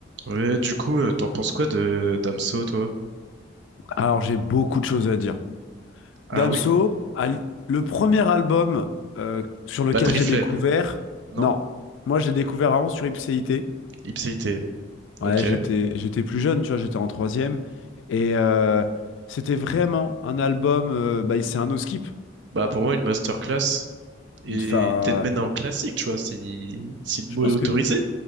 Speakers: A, on the right; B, on the left.
A: Ouais, du coup, euh, t'en penses quoi de Damso, toi?
B: Alors, j'ai beaucoup de choses à dire.
A: Ah
B: Damso,
A: oui?
B: al- le premier album euh, sur lequel
A: Batterie
B: j'ai
A: faible.
B: découvert.
A: Non?
B: Non, moi j'ai découvert avant sur Ipséité.
A: Ipséité.
B: Ouais,
A: Ok.
B: j'étais j'étais plus jeune, tu vois, j'étais en troisième. Et euh, c'était vraiment un album. euh, bah, c'est un no skip.
A: Bah, pour moi, une masterclass et
B: Enfin,
A: peut-être même un classique, tu vois, si, si le
B: je
A: mot
B: pense
A: est autorisé,
B: que,